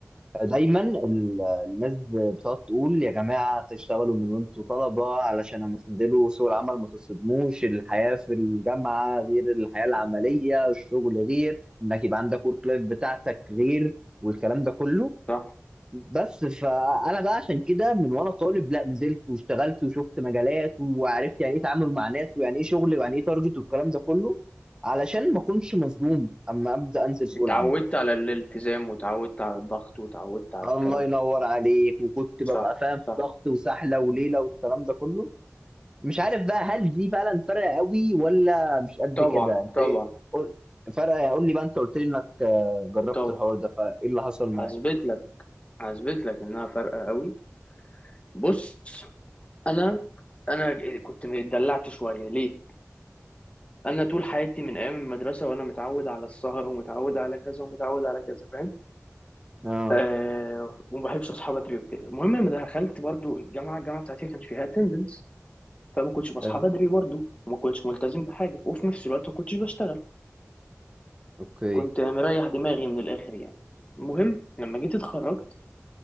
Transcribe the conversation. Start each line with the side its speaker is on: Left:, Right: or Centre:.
Right: دايما ال- الناس بتقعد تقول يا جماعه تشتغلوا من وانتوا طلبه علشان اما تنزلوا سوق العمل ما تصدموش الحياه في الجامعه غير الحياه العمليه الشغل غير انك يبقى عندك ورك لايف بتاعتك غير والكلام ده كله
Left: صح
Right: بس فانا بقى عشان كده من وانا طالب لا نزلت واشتغلت وشفت مجالات وعرفت يعني ايه تعامل مع ناس ويعني ايه شغل ويعني ايه تارجت والكلام ده كله علشان ما اكونش مصدوم اما ابدا انزل سوق
Left: اتعودت
Right: العمل
Left: على الالتزام وتعودت على الضغط وتعودت على
Right: الله
Left: الكلام
Right: ينور
Left: ده
Right: عليك وكنت ببقى
Left: صح
Right: فاهم في
Left: صح
Right: ضغط وسحله وليله والكلام ده كله مش عارف بقى هل دي فعلا فارقه قوي ولا مش قد
Left: طبعا
Right: كده انت
Left: طبعا
Right: ايه قول فارقه قول لي بقى انت قلت لي انك آه، جربت
Left: طبعا
Right: الحوار ده فايه اللي حصل معاك
Left: هثبت لك هثبت لك انها فارقه قوي بص انا انا كنت اتدلعت شويه ليه انا طول حياتي من ايام المدرسه وانا متعود على السهر ومتعود على كذا ومتعود على كذا فاهم
Right: اه
Left: آه وما بحبش اصحى بدري وكده المهم لما دخلت برضو الجامعه الجامعه بتاعتي كانش فيها اتندنس فما كنتش بصحى
Right: حلو
Left: بدري برضو وما كنتش ملتزم بحاجه وفي نفس الوقت ما كنتش بشتغل
Right: اوكي
Left: كنت مريح دماغي من الاخر يعني المهم لما جيت اتخرجت